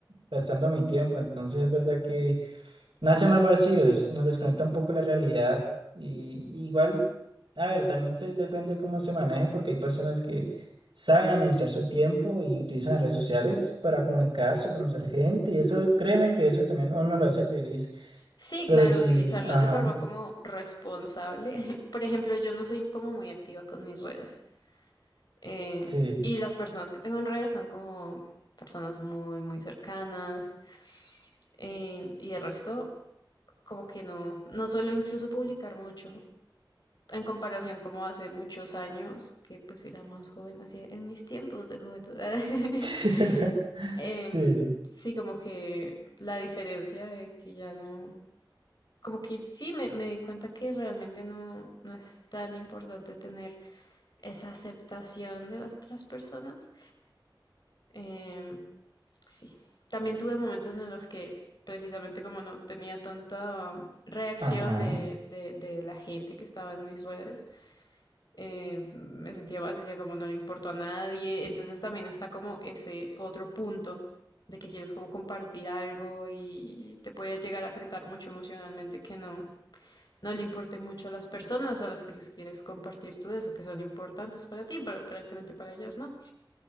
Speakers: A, on the right; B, on the left.
A: gastando mi tiempo. Entonces es verdad que Nace más vacíos, nos desconecta un poco la realidad y, y igual, a ver, también se, depende cómo se maneje porque hay personas que saben administrar su tiempo y utilizan las redes sociales para comunicarse, conocer gente y eso, créeme que eso también a uno lo hace feliz,
B: Sí,
A: pero
B: claro,
A: sí,
B: utilizarlas
A: ajá,
B: de forma como responsable. <laughs> Por ejemplo, yo no soy como muy activa con mis redes. eh,
A: sí,
B: y las personas que tengo en redes son como personas muy, muy cercanas. eh, y el resto, como que no, no suelo incluso publicar mucho. En comparación como hace muchos años, que pues era más joven, así en mis tiempos de juventud. <laughs>
A: <laughs> sí,
B: em,
A: sí,
B: sí, como que la diferencia de que ya no, como que sí, me, me di cuenta que realmente no, no es tan importante tener esa aceptación de las otras personas. Em, sí. También tuve momentos en los que precisamente como no tenía tanta reacción
A: ajá,
B: de, de- de la gente que estaba en mis redes, eh, me sentía mal, decía como no le importo a nadie. Entonces también está como ese otro punto de que quieres como compartir algo y te puede llegar a afectar mucho emocionalmente que no, no le importe mucho a las personas a las que les quieres compartir tú eso, que son importantes para ti, pero aparentemente para ellos no.